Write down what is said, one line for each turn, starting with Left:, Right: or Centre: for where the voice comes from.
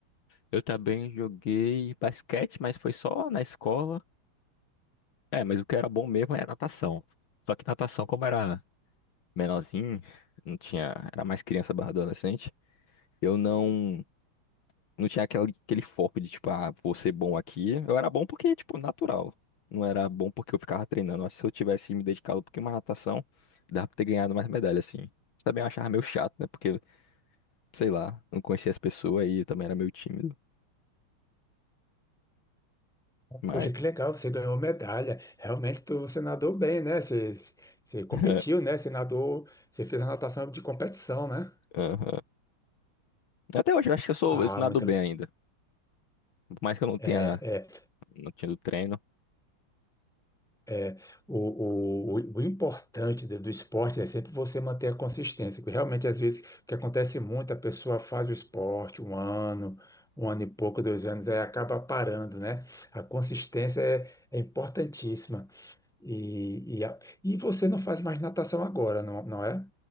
Left: Eu também joguei basquete, mas foi só na escola. É, mas o que era bom mesmo era natação. Só que natação, como era menorzinho, não tinha, era mais criança barra adolescente, eu não. Não tinha aquele, aquele foco de, tipo, ah, vou ser bom aqui. Eu era bom porque, tipo, natural. Não era bom porque eu ficava treinando. Acho que se eu tivesse me dedicado um pouquinho mais à natação, dava pra ter ganhado mais medalha, assim. Também eu achava meio chato, né? Porque, sei lá, não conhecia as pessoas e eu também era meio tímido. Mas,
Centre: Poxa, que legal, você ganhou medalha. Realmente tu- você nadou bem, né? Você, você competiu,
Left: <laughs>
Centre: né? Você nadou, você fez a natação de competição, né?
Left: aham. Até hoje eu acho que eu sou,
Centre: Ah,
Left: eu nado
Centre: muito,
Left: bem ainda. Por mais que eu não
Centre: é,
Left: tenha,
Centre: é,
Left: não tinha do treino.
Centre: é, o, o, o o importante do, do esporte é sempre você manter a consistência, porque realmente às vezes o que acontece muito, a pessoa faz o esporte um ano, um ano e pouco, dois anos, aí acaba parando, né? A consistência é, é importantíssima. E, e, a- e você não faz mais natação agora, não, não é?